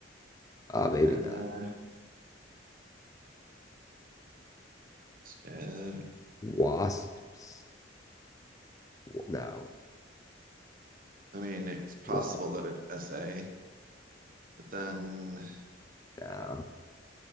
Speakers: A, on the left (about 20°); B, on the right (about 50°).
A: uh, maybe
B: Uh,
A: not.
B: uh,
A: Wasps? No.
B: I mean, it's possible
A: Wall?
B: that it's SA, but then
A: No. How